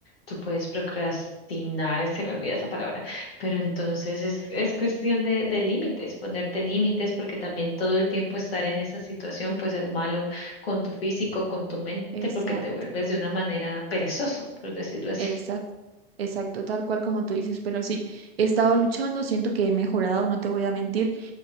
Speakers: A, on the left; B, on the right.
A: tú puedes procrastinar, <laughs> se me olvida esa palabra, pero entonces es, es cuestión de, de límites, ponerte límites, porque también todo el tiempo estar en esa situación pues es malo con tu físico, con tu mente,
B: Exacto.
A: porque te vuelves de una manera perezoso, por decirlo así.
B: Exacto, exacto, tal cual como tú dices, pero sí, he estado luchando, siento que he mejorado, no te voy a mentir